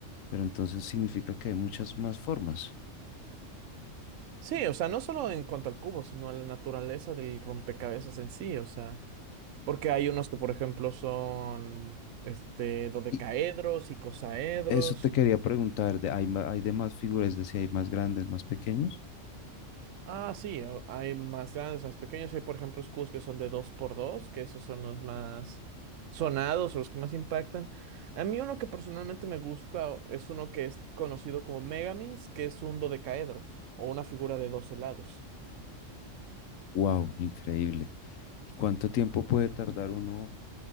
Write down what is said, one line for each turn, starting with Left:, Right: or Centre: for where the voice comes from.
Left: pero entonces significa que hay muchas más formas.
Right: Sí, o sea, no solo en cuanto al cubo, sino a la naturaleza del rompecabezas en sí, o sea, porque hay unos que, por ejemplo, son este dodecaedros,
Left: Y
Right: icosaedros.
Left: eso te quería preguntar, de, ¿hay, ma- hay de más figuras, es decir, hay más grandes, más pequeños?
Right: Ah, sí, o- hay más grandes, más pequeños. Hay, por ejemplo, escudos que son de dos por dos, que esos son los más sonados, los que más impactan. A mí uno que personalmente me gusta o- es uno que es conocido como Megamins, que es un dodecaedro o una figura de 12 lados.
Left: ¡Wow! Increíble. ¿Y cuánto tiempo puede tardar uno